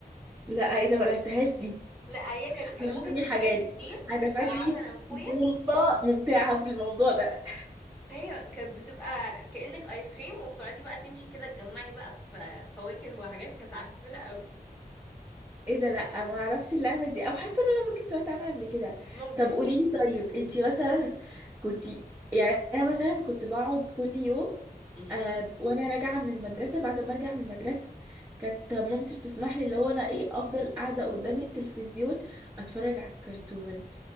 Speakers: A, on the right; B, in the centre.
A: لا ايه ده ما لعبتهاش دي
B: لا هي كانت كان
A: انا
B: ممكن
A: فاتني
B: تتلعب
A: حاجات
B: باتنين كنت
A: انا فاتني
B: بلعبها
A: ف-
B: انا واخويا
A: طفوله ممتعه في الموضوع ده
B: هي كانت بتبقى كأنك ايس كريم وبتقعدي بقى تمشي كده تجمعي بقى في فواكه وحاجات كانت عسولة قوي
A: ايه ده لا ما اعرفش اللعبه دي او حاسه ان انا ممكن سمعت عنها قبل كده
B: ممكن
A: طب قولي لي
B: نعرف
A: طيب انت
B: يعني
A: مثلا كنت يعني انا مثلا كنت بقعد كل يوم
B: أمم.
A: آه وانا راجعه من المدرسه بعد ما ارجع من المدرسه كانت مامتي بتسمح لي اللي هو انا ايه افضل قاعده قدام التلفزيون اتفرج على الكرتون